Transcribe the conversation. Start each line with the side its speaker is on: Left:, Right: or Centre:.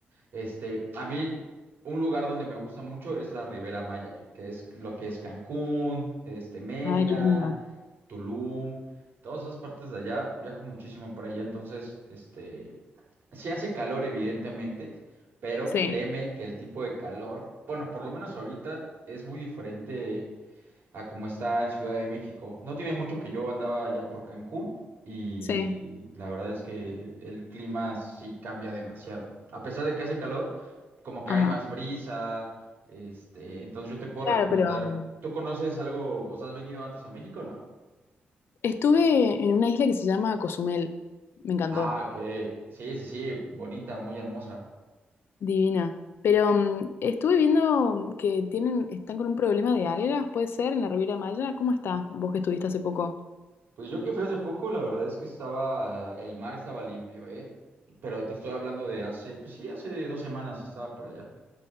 Right: Este, a mí un lugar donde me gusta mucho es la Ribera Maya, que es lo que es Cancún, este, Mérida,
Left: Ay, qué lindo.
Right: Tulum, todas esas partes de allá, viajo muchísimo para allá, entonces, este, sí hace calor evidentemente, pero
Left: Sí,
Right: créeme que el tipo de calor, bueno, por lo menos ahorita es muy diferente a como está en Ciudad de México. No tiene mucho que yo andaba ya por Cancún y
Left: sí.
Right: la verdad es que el clima sí cambia demasiado. A pesar de que hace calor, como que
Left: Ajá.
Right: hay más brisa, este, entonces yo te puedo
Left: Claro,
Right: recomendar.
Left: pero mm,
Right: ¿Tú conoces algo, o sea, has venido antes a México o no?
Left: estuve en una isla que se llama Cozumel. Me encantó.
Right: Ah, que sí, sí, sí, bonita, muy hermosa.
Left: Divina. Pero mm, estuve viendo mm, que tienen, están con un problema de algas, ¿puede ser? En la Riviera Maya. ¿Cómo está? Vos que estuviste hace poco.
Right: Pues yo que fui hace poco, la verdad es que estaba, el mar estaba limpio, ¿eh? Pero te estoy hablando de hace, pues sí, hace dos semanas estaba por allá.